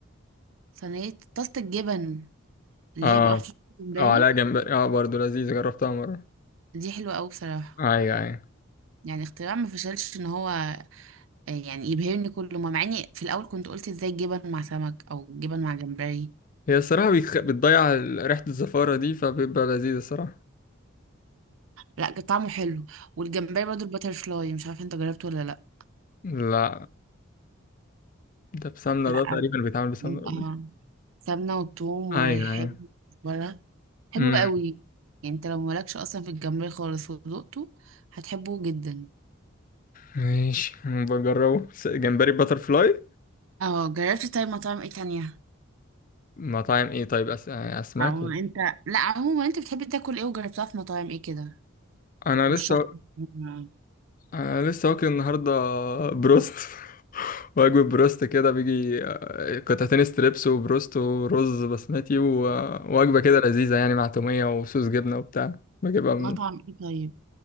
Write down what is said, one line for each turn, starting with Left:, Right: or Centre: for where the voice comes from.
Right: صينية طاسة الجبن اللي
Left: اه
Right: هي بيبقى محطوط فيها جمبري
Left: اه عليها جمبري اه برضه لذيذ جربتها مرة
Right: دي حلوة أوي بصراحة
Left: ايوه ايوه
Right: يعني اختراع ما فشلش ان هو آه، يعني يبهرني كل ما مع اني في الاول كنت قلت ازاي جبن مع سمك او جبن مع جمبري
Left: هي الصراحة بيخ... بتضيع ال- ريحة الزفارة دي فبيبقى لذيذ الصراحة
Right: لا كان طعمه حلو والجمبري برضو الباتر فلاي مش عارفه انت جربته ولا لا
Left: لا ده بسمنة
Right: لا
Left: ده تقريبا بيتعمل بسمنة
Right: اه
Left: ولا إيه؟
Right: سمنه وثوم وريحان
Left: ايوه ايوه
Right: وكزبره حلو
Left: امم
Right: قوي يعني انت لو مالكش اصلا في الجمبري خالص ودقته هتحبه جدا
Left: ماشي بجربه س- جمبري باتر فلاي
Right: اه جربت طيب مطاعم ايه تانية
Left: مطاعم ايه طيب أس... اسماك
Right: او انت لا عموما انت بتحب تاكل ايه وجربتها في مطاعم ايه كده
Left: انا
Right: رشح
Left: لسه
Right: لي
Left: أنا لسه واكل النهاردة بروست <laughs> وجبة بروست كده بيجي آه، قطعتين ستريبس وبروست ورز بسمتي ووجبة كده لذيذة يعني مع تومية وصوص جبنة وبتاع بجيبها من
Right: مطعم ايه طيب